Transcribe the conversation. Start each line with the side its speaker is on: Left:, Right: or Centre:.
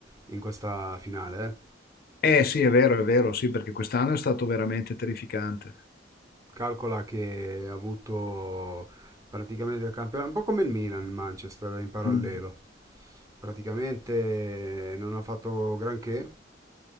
Right: in questa finale, eh.
Left: Eh sì, è vero, è vero, sì, perché quest'anno è stato veramente terrificante.
Right: Calcola che ha avuto praticamente il campionato, un po' come il Milan, il Manchester in parallelo.
Left: Mm.
Right: Praticamente non ha fatto granché